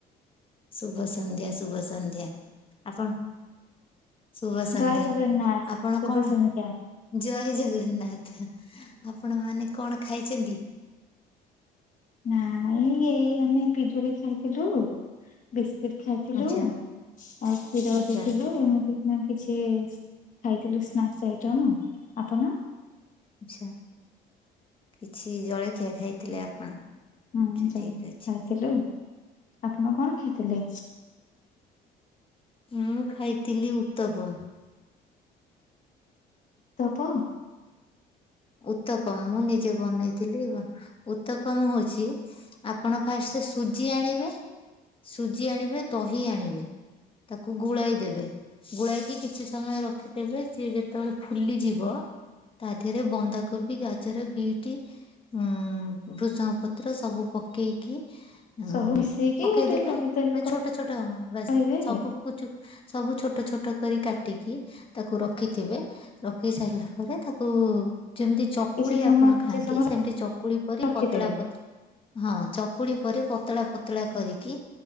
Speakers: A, on the left; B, on the left.
A: ଶୁଭ ସନ୍ଧ୍ୟା ଶୁଭ ସନ୍ଧ୍ୟା ଆପଣ? ଶୁଭ ସନ୍ଧ୍ୟା
B: ଜୟ ଜଗନ୍ନାଥ
A: ଆପଣ
B: ଶୁଭ
A: କଣ
B: ସନ୍ଧ୍ୟା।
A: ଜୟ ଜଗନ୍ନାଥ। ଆପଣ ମାନେ କଣ ଖାଇଚନ୍ତି?
B: ନାଇଁ ଏଇ ଆମେ ପିଜୁଳି ଖାଇଥିଲୁ। କ ଖାଇଥିଲୁ
A: ଆଚ୍ଛା
B: ଆଉ କ୍ଷୀର
A: ଆଚ୍ଛା
B: ପିଇଥିଲୁ ଏମିତି ନା କିଛି ଖାଇଥିଲୁ ସ୍ନାକ୍ସ ଆଇଟମ୍ ଆପଣ?
A: ଆଛା କିଛି ଜଳଖିଆ ଖାଇଥିଲେ ଆପଣ?
B: ହୁଁ
A: ଆଚ୍ଛା
B: ଚାଲ
A: ଠିକ ଅଛି
B: ଖାଇଥିଲୁ। ଆପଣ କଣ ଖାଇଥିଲେ?
A: ମୁଁ ଖାଇଥିଲି ଉତ୍ତପମ୍।
B: ତପ
A: ଉତ୍ତପମ ମୁଁ ନିଜେ ବନେଇ ଥିଲ ଉତ୍ତପମ ହଉଚି ଆପଣ ଫାଷ୍ଟ ସୁଜି ଆଣିବେ। ସୁଜି ଆଣିବେ ଦହି ଆଣିବେ। ତାକୁ ଗୋଳାଇ ଦେବେ, ଗୁଳାଇକି କିଛି ସମୟ ରଖିଦେବେ ସିଏ ଯେତେବେଳେ ଫୁଲିଯିବ ତା ଦେହରେ ବନ୍ଧାକୋବି ଗାଜର ବିଟ ଉ ଭୃଷଙ୍ଗ ପତ୍ର ସବୁ ପକେଇକି ଉ
B: ସବୁ ମିଶେଇକି
A: ପକେଇଦେବେ
B: ଗୋଟେ କରିଦେବେ
A: ମାନେ ଛୋଟ ଛୋଟ
B: କରିବେ
A: ବାସ ସବୁ କିଛ ସବୁ ଛୋଟ ଛୋଟ କରି କାଟିକି ତାକୁ ରଖିଥିବେ ରଖି ସାରିଲା ପରେ ଘରେ ତାକୁୁ ଯେମିତି ଚକୁଳି
B: କିଛି ସମୟ
A: ଆପଣ
B: କିଛି
A: ଖାଆନ୍ତି
B: ସମୟ
A: ସେମିତି ଚକୁଳି ପରି
B: ରଖିଦେବେ।
A: ପତଳା ପତ ହଁ ଚ କକୁଡ଼ି ପରେ ପତଳା ପତଳା କରିକି